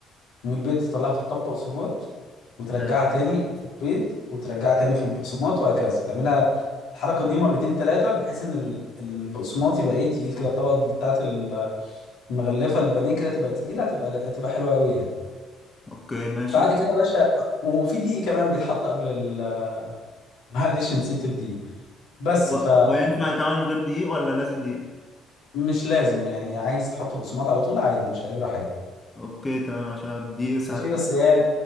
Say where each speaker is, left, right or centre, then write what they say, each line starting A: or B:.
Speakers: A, on the left; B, on the left.
A: ومن البيض تطلعها تحطها في بقسماط وترجعها
B: حلو
A: تاني في البيض وترجعها تاني في البقسماط وهكذا تعملها الحركه دي مرتين ثلاثه بحيث ان ال- البقسماط يبقى ايه تقيل كده الطبقه بتاعت ال- المغلفه البانيه كده تبقى تقيله تبقى هتبقى حلوه قوي يعني
B: اوكي ماشي
A: بعد كده يا باشا وفي دقيق كمان بيتحط قبل ال <laughs> معلش نسيت الدقيق بس
B: هو
A: ف
B: هو ينفع يتعمل من غير دقيق ولا لازم دقيق
A: مش لازم يعني عايز تحط بقسماط على طول عادي مش هيجرى حاجه
B: اوكي تمام عشان دي ساعات
A: ماشي بس يعني